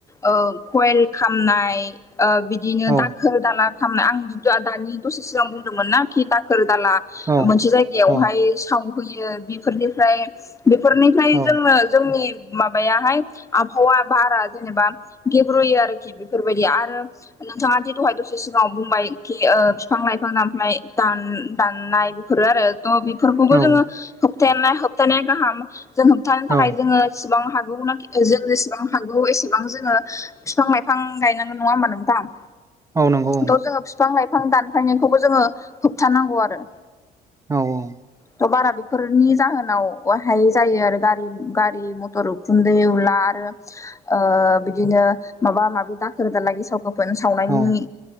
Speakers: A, on the left; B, on the right.
A: ओ कयेल खामनाय ओ बिदिनो
B: औ
A: दाखोर दाला खामनाय आं <unintelligible> दानि दसे सिगां बुंदोंमोनना खि दाखोर दाला
B: औ
A: मोनसे जायगायावहाय
B: औ
A: सावहैयो बेफोरनिफ्राय बेफोरनिफ्राय
B: औ
A: जोंनो जोंनि माबायाहाय आबहावा बारा जेनेबा गेब्रुयो आरोखि बेफोर बायदि आरो नोंथाङा दि दहाय दसे सिंगाव बुंबाय खि ओ बिफां लाइफां दानफायनाय दान-दाननाय बेफोरो आरो थ' बेफोरखौबो
B: औ
A: जोङो होबथानाय होबथानाया गाहाम जों होबथानो थाखाय
B: औ
A: जोङो गोबां हागौनाखि थ' जों जेसेबां हागौ एसेबां जोङो फिफां लाइफां गायनांगौ, नङा होमबा नोंथां?
B: औ नंगौ
A: थ' जोङो फिफां लाइफां दानफायनायखौबो जोङो होबथानांगौ आरो।
B: औ औ।
A: थ' बारा बेफोरनि जाहोनावहाय जायो आरो गारि गारि मथर उखुन्दै ब्ला आरो ओ बिदिनो माबा माबि दाखोर दाला गेसाव गोफोन सावनायनि
B: औ